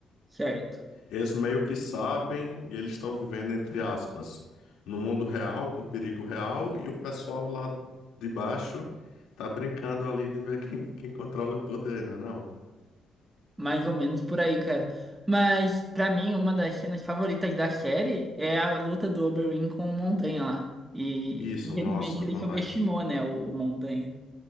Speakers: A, on the right; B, on the left.
A: Certo.
B: Eles meio que sabem e eles estão vivendo, entre aspas, no mundo real, com perigo real, e o pessoal lá de baixo tá brincando ali de ver quem, quem controla o poder, não é não?
A: Mais ou menos por aí, cara. Mas, pra mim, uma das cenas favoritas da série é a luta do Oberyn com o Montanha lá. E,
B: Isso,
A: infelizmente,
B: nossa,
A: ele
B: bom
A: subestimou,
B: demais.
A: né, o, o Montanha.